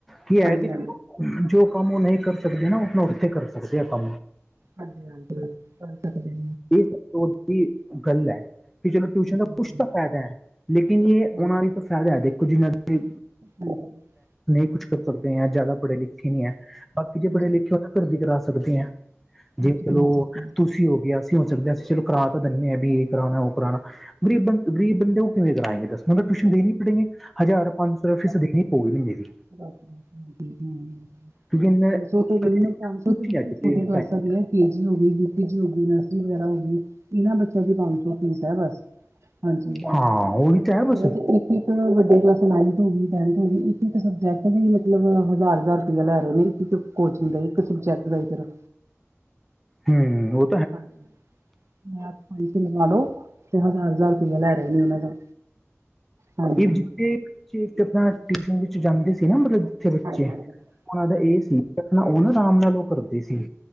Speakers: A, in the centre; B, on the right.
A: ਕੀ ਹੈ
B: ਹਾਂਜੀ
A: ਕਿ
B: ਹਾਂਜੀ
A: ਜੋ। ਕੰਮ ਉਹ ਨਹੀਂ ਕਰ ਸਕਦੇ ਨਾ ਆਪ ਉੱਥੇ ਕਰ ਸਕਦੇ ਆ ਆਪਾਂ।
B: ਹਾਂਜੀ ਹਾਂਜੀ ਕਰ ਸਕਦੇ।
A: ਇਹ ਤਾ ਸਭ ਦੀ ਗੱਲ ਹੈ ਕਿ ਚਲੋ
B: ਹਾਂਜੀ
A: ਟਿਊਸ਼ਨ ਦਾ
B: ਹਾਂਜੀ ਹਾਂਜੀ
A: ਕੁਛ ਤਾਂ ਫ਼ਾਇਦਾ ਹੈ। ਲੇਕਿਨ, ਇਹ ਉਹਨਾਂ
B: ਹਾਂਜੀ
A: ਲਈ ਤਾਂ, ਫ਼ਾਇਦਾ ਦੇਖੋ ਜਿੰਨਾ ਨਹੀਂ
B: ਹਾਂਜੀ
A: ਕੁੱਛ ਕਰ ਸਕਦੇ ਆ, ਜ਼ਿਆਦਾ ਪੜ੍ਹੇ ਲਿਖੇ ਨੀ ਹੈ, ਬਾਕੀ ਜੇ ਪੜ੍ਹੇ ਲਿਖੇ
B: ਹਾਂਜੀ
A: ਹੋ ਤਾਂ, ਘਰ ਵੀ ਕਰਾ ਸਕਦੇ ਅ ਜੇ
B: ਹਾਂਜੀ ਕਰਾ
A: ਚਲੋ,
B: ਸਕਦੇ
A: ਤੁਸੀਂ ਹੋਗੇ ਅਸੀਂ ਹੋ ਸਕਦੇ ਹਾਂ, ਅਸੀਂ ਚਲੋ ਕਰਾ ਤਾਂ ਦਿੰਦੇ ਹਾਂ ਵੀ, ਇਹ ਕਰਾਉਣਾ ਉਹ ਕਰਾਉਣਾ ਗਰੀਬ ਬੰਦੇ -ਗਰੀਬ ਬੰਦੇ ਉਹ ਕਿਵੇਂ ਕਰਾਏਂ ਗੇ ਦਸ ਮਨਟ ਟਿਊਸ਼ਨ ਦੇਣੀ ਪੜੇਗੇ ਹਜ਼ਾਰ ਪੰਜ ਸੋ ਰਪਯਾ ਫੀਸ ਦੇਖਣੀ ਪਊਗੀ ਮੇਰੀ।
B: ਹਮ <inaudible>
A: ਕਿਉਂਕਿ ਇੰਨੇ
B: ਪੰਜ ਸੌ
A: ਕੁਛ
B: ਤੇ ਮਿਨੀਮਮ ਪੰਜ ਸੌ ਤੋਂ
A: ਨਹੀਂ
B: ਬਿਲਕੁਲ
A: ਅੱਜ ਦੇ
B: ਛੋਟੇ ਕਲਾਸਾਂ
A: ਟਾਈਮ
B: ਦੀ ਹੈ। ਪੀ ਜੀ ਹੋ ਗਈ, ਪੀ ਜੀ ਹੋ ਗਈ ਨਰਸ। <unintelligible> ਇਨਾਂ ਬੱਚਿਆਂ ਦੀ ਪੰਜ ਸੌ ਫੀਸ ਹੈ ਬਸ ਹਾਂਜੀ
A: ਹਾਂ ਉਹੀ ਤਾਂ ਹੈ ਬਸ
B: ਹੋਰ ਤੇ ਇ ਕੀ ਕਇਯਾਂ ਵੱਡੀਆਂ ਕਲਾਸਾਂ ਨਾਈ ਥ ਵੀ, ਟੈਂਥ ਵੀ, ਇੱਕ ਇੱਕ ਸਬਜੈਕਟ ਵੀ ਲ ਮਤਲਬ ਹਜ਼ਾਰ-ਹਜ਼ਾਰ ਰੁਪਇਆ ਲੈ ਰਹੇ ਨੇ ਇਕ ਕੋਚਿੰਗ ਦਾ ਇੱਕ ਸਬਜੈਕਟ ਦਾ ਈ ਸਿਰਫ।
A: ਹੂੰ ਓ
B: ਹਾਂਜੀ। ਮੈਂ <unintelligible> ਲਵਾ ਲੋ ਤੇਂੌ ਹਜ਼ਾਰ- ਹਜ਼ਾਰ ਰੁਪਇਆ ਲੈ ਰਹੇ ਨੇ ਐਨਾਂ ਦਾ। ਹਾਂਜੀ
A: ਏਹ ਜਿੱਥੇ ਬੱਚੇ ਆਪਣਾ ਟਿਊਸ਼ਨ ਵਿੱਚ ਜਾਂਦੇ ਸੀ ਨਾ ਮਤਲਬ ਥੇ ਬੱਚੇ
B: ਹਾਂਜੀ ਹਾਂਜੀ
A: ਉਨਾਂ ਦਾ
B: ਹਾਂਜੀ
A: ਏਹ ਸੀ ਓ ਨਾ ਆਰਾਮ ਨਾਲ ਓ ਕਰਦੇ ਸੀ‌